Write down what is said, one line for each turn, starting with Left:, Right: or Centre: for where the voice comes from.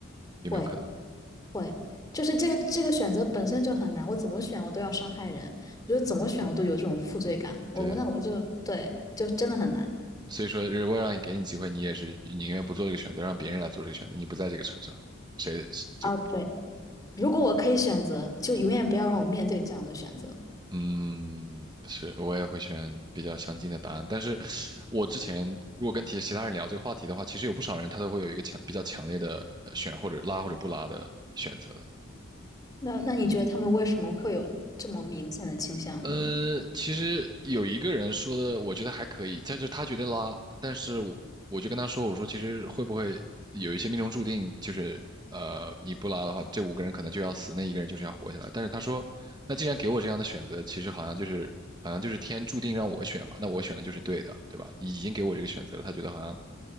Right: 有没有可能？
Left: 会。会，就是这个这个选择本身就很难，我怎么选我都要伤害人，我觉得怎么选我都有这种负罪感，我我那我就对，
Right: 对，
Left: 就真的很难。
Right: 所以说，如果让你给你机会，你也是宁愿不做这个选择，让别人来做这个选择，你不在这个车上，谁就
Left: 啊，对，如果我可以选择，就永远不要让我面对这样的选择。
Right: 嗯，是，我也会选比较相近的答案。但是，我之前如果跟其其他人聊这个话题的话，其实有不少人他都会有一个强比较强烈的呃选或者拉或者不拉的选择的。
Left: 那那你觉得他们为什么会有这么明显的倾向呢？
Right: 嗯呃，其实有一个人说的，我觉得还可以，他就他觉得拉，但是我我就跟他说，我说其实会不会有一些命中注定，就是呃你不拉的话，这五个人可能就要死，那一个人就是要活下来。但是他说，那既然给我这样的选择，其实好像就是好像就是天注定让我选嘛，那我选的就是对的，对吧？已经给我这个选择了，他觉得好像